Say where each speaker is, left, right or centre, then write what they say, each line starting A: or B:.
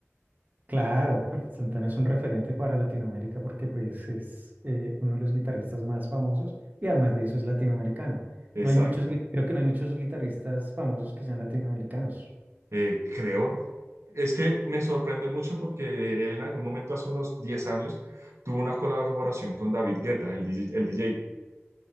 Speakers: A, on the right; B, on the right.
A: Claro, <laughs> Santana es un referente para Latinoamérica porque pues es eh, uno de los guitarristas más famosos y además de eso es latinoamericano.
B: Exacto.
A: No hay muchos, gui- creo que no hay muchos guitarristas famosos que sean latinoamericanos,
B: eh, creo. Es que me sorprende mucho porque él en algún momento, hace unos 10 años, tuvo una colaboración con David Guetta, el DJ, el DJ,